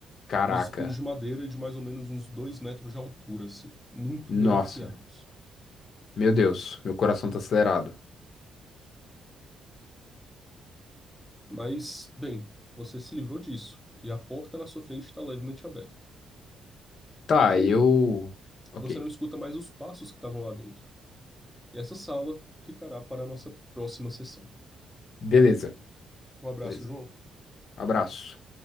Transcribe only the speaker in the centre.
Uns espinhos de madeira de mais ou menos uns dois metros de altura, assim, muito
bem afiados.
Mas, bem, você se livrou disso, e a porta na sua frente está levemente aberta.
Porém,
você não escuta mais os passos que estavam lá dentro. E essa sala ficará para a nossa próxima sessão.
Um abraço,
João.